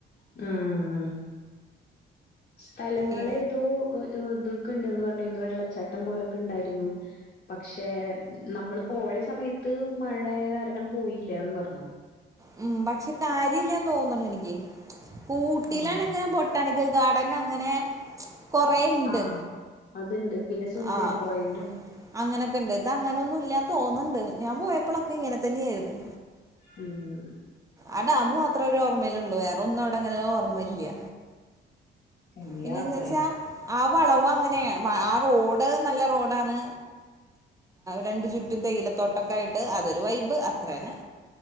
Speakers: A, on the left (about 45°); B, on the right (about 15°).
A: മ്മ്ഹ് സ്ഥലങ്ങളെതോ
B: ഈ
A: ക്ക്ണ്ട്ന്ന് പറഞ്ഞരുന്നു വെള്ളച്ചാട്ടം പോലൊക്കെ ഉണ്ടായിരുന്നു പക്ഷേ നമ്മള് പോയ സമയത്ത് മഴയെ കാരണം പോയില്ലന്ന് പറഞ്ഞു
B: മ്മ്ഹ് പക്ഷെ കാര്യല്യാന്ന് തോന്നണു എനിക്ക് ഊട്ടിലാണിങ്ങ
A: ആഹ്
B: ബൊട്ടാണിക്കൽ ഗാർഡൻ അങ്ങനെ കൊറേയ്ണ്ട്
A: ആഹ് അതുണ്ട് പിന്നെ സൂയിസൈഡ്
B: ആഹ്
A: പോയിന്റും
B: അങ്ങനെയൊക്കെണ്ട് ഇത് 'അങ്ങനൊന്നും ഇല്ലാന്ന് തോന്നണ്ണ്ട് ഞാൻ പോയപ്പളൊക്കെ ഇങ്ങനെ തന്നെയായിരുന്നു
A: മ്മ്ഹ്
B: ആ ഡാമ് മാത്രേ ഒരു ഓർമേയിലുള്ളൂ വേറൊന്നും അവിടങ്ങനെ ഓർമ്മയിലില്ല
A: പിന്നെ
B: പിന്നെന്തച്ചാ
A: യാത്രയും
B: ആ വളവ് അങ്ങനെയാ ആ റോഡ് നല്ല റോഡാണ് രണ്ടു ചുറ്റും തേയില തോട്ടൊക്കെ ആയിട്ട് അതൊരു വൈബ് അത്ര തന്നെ